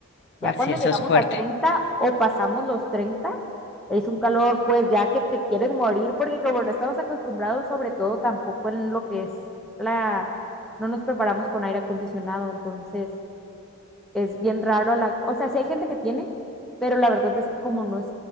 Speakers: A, in the centre; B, on the left (about 55°).
A: Ya
B: Así,
A: cuando
B: eso
A: llegamos
B: es fuerte.
A: a 30 o pasamos los 30 es un calor pues ya que te quieres morir porque como no estamos acostumbrados sobre todo tampoco en lo que es la, no nos preparamos con aire acondicionado, entonces es bien raro la, o sea, sí hay gente que tiene, pero la verdad es que como no es,